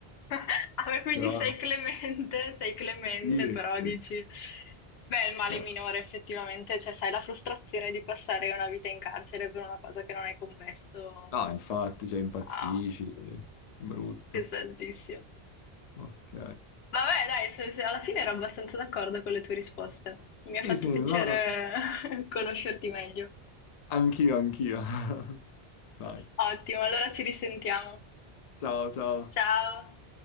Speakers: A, on the left; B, on the left.
A: Vabbè, quindi
B: Però
A: sei clemente, sei clemente,
B: sì,
A: però
B: sì,
A: dici, beh, il male
B: cioè,
A: minore effettivamente, cioè sai la frustrazione di passare una vita in carcere per una cosa che non hai commesso,
B: No, infatti, cioè, impazzisci,
A: ah,
B: brutto.
A: pesantissimo.
B: Ok.
A: Vabbè, dai, se- se- alla fine ero abbastanza d'accordo con le tue risposte. Mi ha
B: Sì,
A: fatto
B: sì,
A: piacere
B: no.
A: <laughs> conoscerti meglio.
B: Anch'io, anch'io. <laughs> Dai,
A: Ottimo, allora ci risentiamo.
B: ciao, ciao.
A: Ciao!